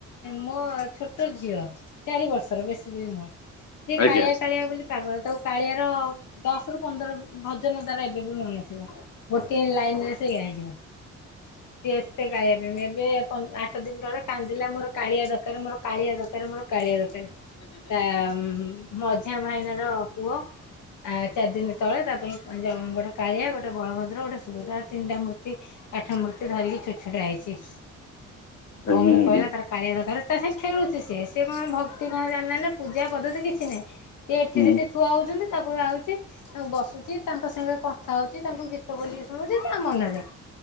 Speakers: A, on the left; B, on the left.
A: ମୋ ଛୋଟ ଛୋଟ ଝିଅ ଚାରି ବର୍ଷର ବେଶୀ ବି ନୁହଁ ସେ
B: ଆଜ୍ଞା।
A: କାଳିଆ କାଳିଆ ବୋଲି ପାଗଳ ତାକୁ କାଳିଆ <unintelligible> ଦଶ ରୁ ପନ୍ଦର ଭଜନ ଦ୍ଵାରା ଏବେ ବି ମନରଥିବ। ଗୋଟିଏ ଲାଇନରେ ସେୟା ହେଇଯିବ। ସିଏ ଏତେ କାଳିଆ ପାଇଁ ତେବେ ଆଠ ଦିନ ତଳେ କାନ୍ଦିଲା ମୋର କାଳିଆ ଦରକାର ମୋର କାଳିଆ ଦରକାର ମୋର କାଳିିଆ ଦରକାର ତା ମଝା ଭାଇନା ର ପୁଅ ଆ ଚାରି ଦିନ ତଳେ ତା ପାଇଁ ଗୋଟେ କାଳିଆ ଗୋଟେ ବଳଭଦ୍ର ଗୋଟେ ସୁଭଦ୍ରା ତିନିଟା ମୂର୍ତ୍ତି କାଠ ମୂର୍ତ୍ତି ଧରିକି ଛୋଟ ଛୋଟ ଆଇଚି।
B: ଆଜ୍ଞା
A: ଭଉଣୀ
B: ଆଜ୍ଞା
A: କହିଲା ତାର କାଳିଆ ଦରକାର ତା ସାଙ୍ଗେ ଖେଳୁଛି ସିଏ ସେ କଣ ଭକ୍ତି କଣ ଜାଣିନା‌ହାନ୍ତି ନା ପୂଜା ପଦ୍ଧତି କିଛି ନାହିଁ। ସେ ଏଠି
B: ହୁଁ
A: ସେଠି ଥୁଆ ହଉଚନ୍ତି ତାଙ୍କୁ ଆଉଚି। ତାଙ୍କୁ ବସୁଚି ତାଙ୍କ ସାଙ୍ଗେ କଥା ହଉଛି ତାଙ୍କୁ ଗୀତ ବୋଲିକି ଶୁଣୁଚି ତା ମନରେ